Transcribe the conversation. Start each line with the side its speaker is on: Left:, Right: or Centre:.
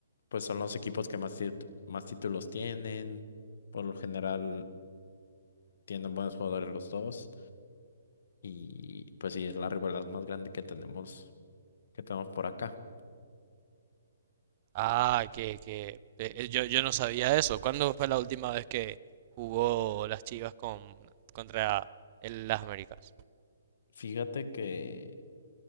Left: pues son los equipos que más, tit- más títulos tienen. Por lo general tienen buenos jugadores los dos. Y pues sí, es la rivalidad más grande que tenemos, que tenemos por acá.
Right: Ah, que, que eh, yo, yo no sabía eso. ¿Cuándo fue la última vez que jugó las Chivas con, contra el- las Américas?
Left: Fíjate que